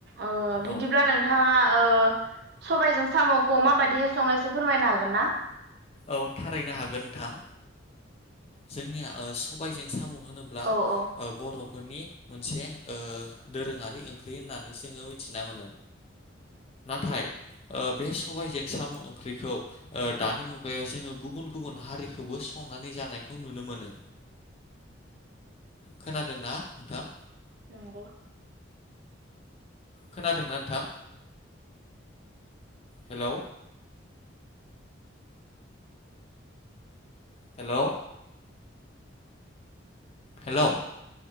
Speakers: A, on the right; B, on the left.
A: ओ बिदिब्ला
B: औ
A: नोंथांङा ओ सबायजों साम'खौ माबादि हाय संनाय एसे फोरमायनो हागोन ना
B: औ थारैनो हागोन नोंथां जोंनिया ओ सबायजों साम' होनोब्ला ओ
A: औ औ
B: बर'फोरनि मोनसे ओ दोरोंङारि ओंख्रि होननानै जोंङो मिथिना मोनो नाथाय ओ बे सबायजों साम' ओंख्रिखौ ओ दानि मुगायाव जोंङो गुबुन गुबुन हारिखौबो संनानै जानायखौ नुनो मोनो खोनादोंना नोंथां
A: नंगौ
B: खोनादोंना नोंथां हेलौ हेलौ हेलौ